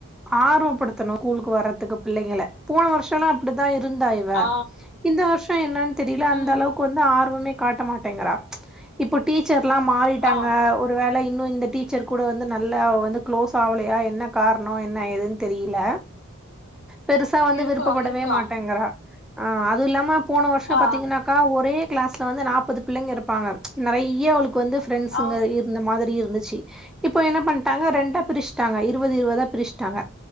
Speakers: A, in the centre; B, on the left.
A: ஆர்வப்படுத்தணு ஸ்கூலுக்கு வர்ரதுக்கு பிள்ளைகள போன வருஷல்லா தா இருந்தா இவ
B: ஆ
A: இந்த வர்ஷொ என்னன் தெரியல அந்த
B: ம்
A: அளவுக் கு வந்து ஆர்வமே காட்ட மாட்டேங்கிறா இப்ப டீச்சர்லா மாறிட்டாங்க
B: ஆ
A: ஒரு வேல இன்னு இந்த டீச்சர் கூட வந்து நல்லா அவவந்து க்ளோஸ் ஆவலையா என்ன கார்ணோ என்ன ஏதுன் தெரியில பெருசா வந்து
B: இருக்கலாம்
A: விருப்பப்படவே
B: இருக்கலாம்
A: மாட்டேங்கிறா ஆ அதுவு இல்லாம போன வர்ஷ
B: ஆ
A: பாத்தீங்கன்னாக்கா ஒரே கிளாஸ்ல வந்து நாப்பது பிள்ளைங்க இருப்பாங்க நறைய அவளுக்கு வந்து ஃப்ரெண்ட்ஸுங்க
B: ஆ
A: இருந்த மாதிரி இருந்துச்சு இப்போ என்ன பண்ட்டாங்க ரெண்டா பிரிச்ட்டாங்க இருவது இருவதா பிரிச்ட்டாங்க